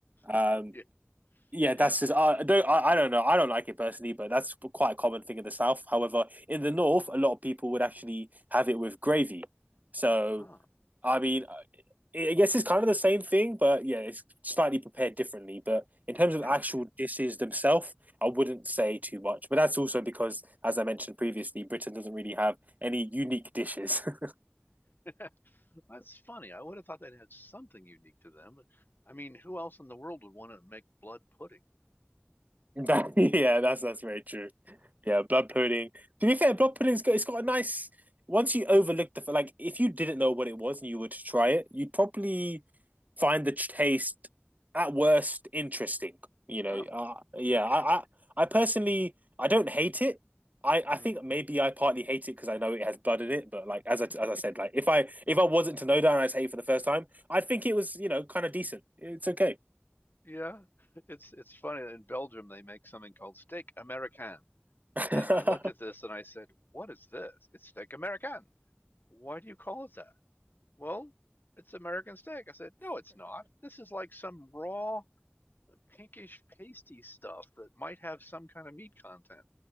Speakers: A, on the right; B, on the left.
A: um,
B: <laughs> Yeah.
A: yeah,
B: Yeah.
A: that's just I don't I, I don't know I don't like it personally, but that's quite a common thing in the South. However, in the North, a lot of people would actually have it with gravy. So
B: Ah,
A: I mean, I I guess it's kind of the same thing, but yeah, it's slightly prepared differently. But in terms of
B: yeah.
A: actual dishes themselves, I wouldn't say too much. But that's also because, as I mentioned previously, Britain doesn't really have any unique dishes. <laughs>
B: <laughs> That's funny. I would have thought they'd have something unique to them. but, I mean, who else in the world would want to make blood pudding?
A: That, <laughs> yeah, that's that's very true. Yeah, blood pudding. To be fair, blood pudding's got it's got a nice. Once you overlook the f- like, if you didn't know what it was and you were to try it, you'd probably find the taste at worst interesting. You know,
B: Oh,
A: uh, yeah.
B: okay.
A: I, I I personally I don't hate it. I
B: Mhm.
A: I think maybe I partly hate it because I know it has blood in it. But like as I as
B: <laughs>
A: I said, like if I if I wasn't to know that and I say it for the first time, I think it was you know kind of decent. It's okay.
B: Yeah. It's it's funny that in Belgium they make something called steak Americain.
A: <laughs>
B: And I looked at this and I said, What is this? It's steak American. Why do you call it that? Well, it's American steak. I said, No, it's not. This is like some raw, pinkish, pasty stuff that might have some kind of meat content.